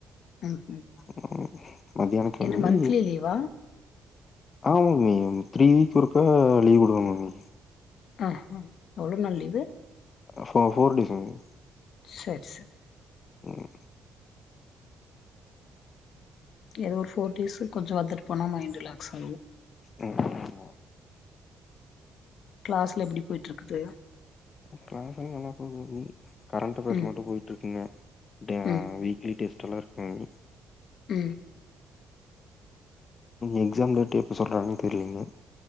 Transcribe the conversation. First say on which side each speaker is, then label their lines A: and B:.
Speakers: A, on the left (about 70°); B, on the left (about 45°).
A: ம் ம்
B: அ ம் மத்தியானோ கெழம்பி
A: என்ன மந்த்லி லீவா
B: ஆமா மீ த்ரீ வீக் ஒருக்கா லீவ் விடுவாங்க மீ.
A: ஆஹ்ஹா எவ்ளோ நாள் லீவு?
B: போ போர் டேஸ் மம்மி
A: சரி சரி
B: ம்
A: ஏதோ ஒரு ஃபோர் டேஸ்சு கொஞ்சம் வந்துட் போனா மைண்டு ரிலாக்ஸ்ஸாகும்.
B: உம் ஆமா
A: க்ளாஸ்லா எப்டி போயிட்ருக்குது?
B: க்ளாஸ்லா நல்லா போது மம்மி கரண்ட் பேர்
A: ம்
B: மட்டும் போயிட்ருக்குங்க, டே
A: ம்
B: வீக்லி டேஸ்ட்லா இருக்கு மம்மி
A: உம்
B: எக்ஸாம் டேட்டு எப்போ சொல்றாங்கன்னு தெரியலிங்க.